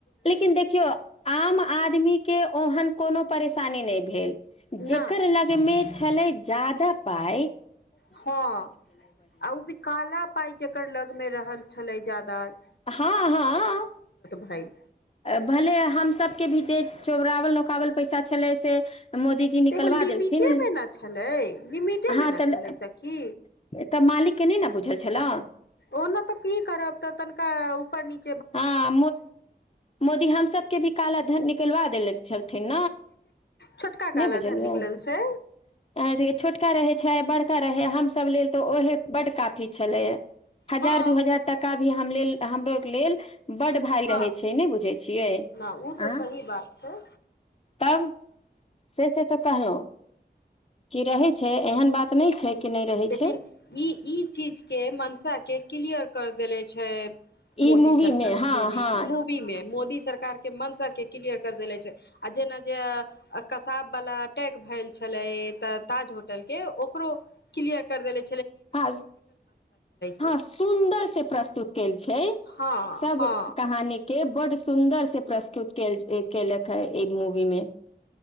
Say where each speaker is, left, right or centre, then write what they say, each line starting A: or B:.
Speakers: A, on the left; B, on the left.
A: लेकिन देखियौ आम आदमी के ओहन कोनो परेशानी नहि भेल। जेकर
B: नहि
A: लागे मे खा जाददा पाय
B: हँ आ ओ भी काला पाई जेकर लग मे रहल छलै जादा दात
A: हँ हँ
B: भय
A: भले हमसभके भी जे चौबरावल नकावल पैसा छलै से मोदीजी निकलबा
B: तऽ एगो लिमिटे
A: देलथििन
B: मे ने छलै लिमिटे
A: हहा
B: मे ने
A: तऽ
B: छलै सखी
A: त मालिक के नहि ने बुझल छलऽ
B: ओना तऽ की करब तऽ तनिका ऊपर नच
A: हँ मोदी हमसके भी काला ध निकलवा देे छलन ने
B: छोटका
A: नहि
B: काला
A: बुझलियै
B: धन निकलल छै
A: छोका रहै छै बड़का रहै हमस लेल तऽ ओहे बड कफ छलै ह हजार
B: हँ
A: दू हजार टाका भी हम लेल हमरो के लेल बड भारी
B: हँ
A: रहै छै नहि बुझै छियै
B: न ओ तऽ
A: अ
B: सही बात छै
A: तब। से से तऽ कहलहु कि रहै छै एहन बात नहि छै कि नहि रहै
B: लेकिन
A: छै
B: ई ई चीज के मनसा के क्लियर करि देले छै। मोदी
A: ई मूवी
B: सरकार
A: मे हँ
B: मोदी
A: हँ
B: जी मूवी मे मोदी सरकार के मनस के क्लियर कर देले छै आ जेना जे कसाब वाला अटैक भेल छले त ताज होटल के ओकरो क्ीियर कर देलै
A: हँ हँ
B: से
A: सुन्दर से प्रस्तुत कल छै
B: हँ
A: सब
B: हँ
A: कहानी के बड सुन्दर से प्रस्तुत क केलक ह एक मूवी मे